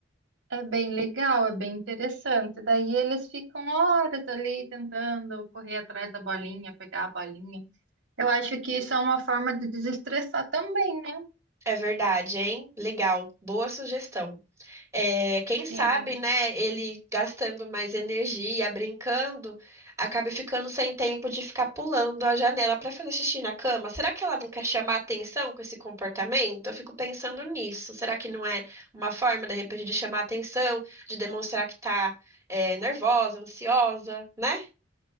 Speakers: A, on the right (about 85°); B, on the right (about 15°).
A: é bem legal, é bem interessante. Daí eles ficam horas ali tentando correr atrás da bolinha, pegar a bolinha. Eu acho que isso é uma forma de desestressar também, né?
B: É verdade, hein? Legal. Boa sugestão. É, quem sabe,
A: Sim,
B: né, ele gastando mais energia, brincando, acaba ficando sem tempo de ficar pulando a janela para fazer xixi na cama. Será que ela não quer chamar atenção com esse comportamento? Eu fico pensando nisso. Será que não é uma forma, de repente, de chamar atenção, de demonstrar que tá, é, nervosa, ansiosa, né?